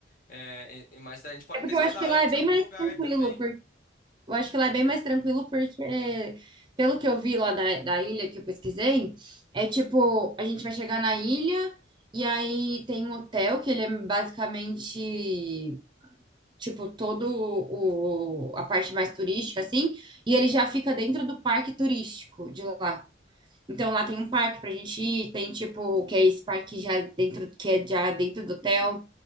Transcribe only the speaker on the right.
É porque
eu acho que
lá é bem
mais
tranquilo,
por... eu acho que lá é bem mais tranquilo porque, pelo que eu vi lá da, da ilha que eu pesquisei, é tipo, a gente vai chegar na ilha e aí tem um hotel que ele é basicamente, tipo, todo o... a parte mais turística, assim, e ele já fica dentro do parque turístico de lá. Então lá tem um parque pra gente ir, tem tipo, que é esse parque já dentro, que é já dentro do hotel.